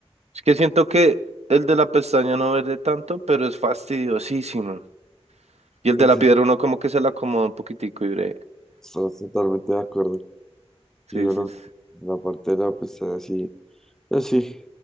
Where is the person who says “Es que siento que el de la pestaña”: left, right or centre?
Right